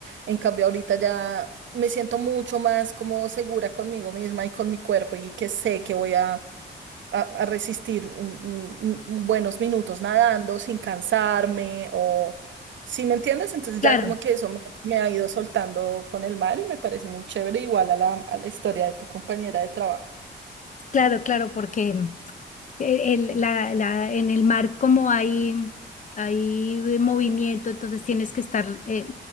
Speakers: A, on the right (about 70°); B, on the left (about 40°).
A: En cambio, ahorita ya me siento mucho más como segura conmigo misma y con mi cuerpo y que sé que voy a a, a resistir un- un- un- buenos minutos nadando sin cansarme o si me entiendes, entonces
B: claro.
A: ya como que eso me, me ha ido soltando con el mar y me parece muy chévere, igual a la, a la historia de tu compañera de trabajo.
B: Claro, claro, porque eh, el- la- la- en el mar como hay, hay movimiento, entonces tienes que estar, eh,